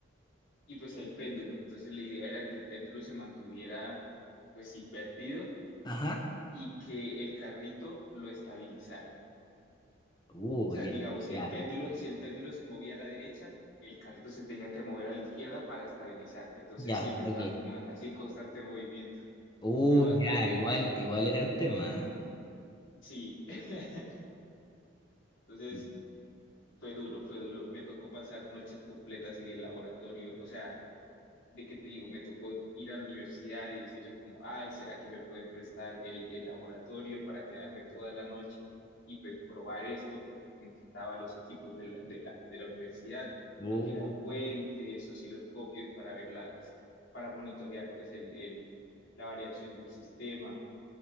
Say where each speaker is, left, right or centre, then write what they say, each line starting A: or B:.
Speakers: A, on the left; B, on the left.
A: y pues el péndulo. Entonces la idea era que el péndulo se mantuviera pues invertido
B: Ajá.
A: y que el carrito lo estabilizara.
B: Uh,
A: sea,
B: ya,
A: digamos, si
B: ya,
A: el péndulo, si el péndulo se movía a la derecha, el carrito se tenía que mover a la izquierda para estabilizarlo. Entonces
B: ya,
A: siempre estaba
B: ok.
A: como así en constante movimiento.
B: Uh,
A: Fue bastante,
B: ya, igual, igual era un tema,
A: sí. <laughs> Entonces
B: ¿eh?
A: fue duro, fue duro. Me tocó pasar noches completas en el laboratorio. O sea, de que te digo, me tocó ir a la universidad y decirles como, ay, ¿será que me pueden prestar el, el laboratorio para quedarme toda la noche y pues probar esto? Porque necesitaba los equipos de la, de la, de la universidad,
B: Uh,
A: lo que eran fuentes, osciloscopios para ver las, para monitorear pues el, el, la variación del sistema.